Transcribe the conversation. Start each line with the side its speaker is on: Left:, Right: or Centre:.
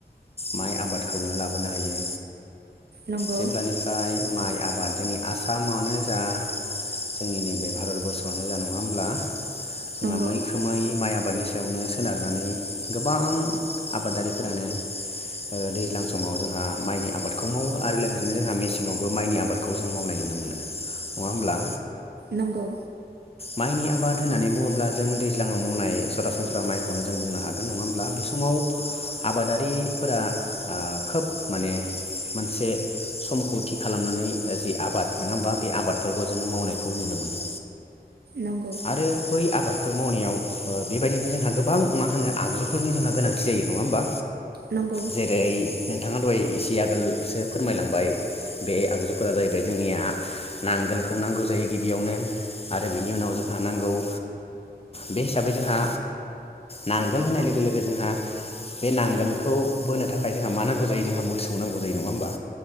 Left: माइ आबादखौनो लाबोनो हायो
Right: नंगौ
Left: जेब्लानिफ्राय माइ आबाद जोंनि आसामावनो जा जोंनि नैबे भारत बरर्स'आवनो जानाय नङा होमब्ला जोंहा
Right: नंगौ
Left: मैखोमै माइ आबादनि सायावनो सोनारनानै गोबां आबादारिफोरानो ओ दैज्लां समाव जोंहा माइनि आबादखौ मावो आरो लोगोसेनो जोंहा मेसेंआवबो माइनि आबादखौ जों मावनाय नुनो मोनो नङा होमब्ला
Right: नंगौ
Left: माइनि आबाद होननानै बुङोब्ला जों दैज्लाङाव मावनाय सरासनस्रा माइखौनो जों बुंनो हागोन नङा होमब्ला बे समाव आबादारिफोरा ओ खोब माने मोनसे समखौ थि खालामनानै जि आबाद नङा होमबा बे आबादफोरखौ जोङो मावनायखौ नुनो मोनो
Right: नंगौ
Left: आरो बै आबादफोर मावनायाव ओ बेबायदिनो जोंहा गोबां मा होनो आगजुफोरनि जोंहा गोनांथि जायो नङा होमबा
Right: नंगौ
Left: जेरै नोंथाङा दहाय इसे आगोलसो फोरमायलांबाय बे आगजुफोरा जाहैबाय जोंनिया नांगोलखौ नांगौ जायो गिबियावनो आरो बेनि उनाव जोंहा नांगौ ओ बे हिसाबै जोंहा नांगोल होनाय लोगो लोगो जोंहा बे नांगोलखौ बोनो थाखाय जोंहा मा नांगौ जायो जोंहा मोसौ नांगौ जायो नङा होमबा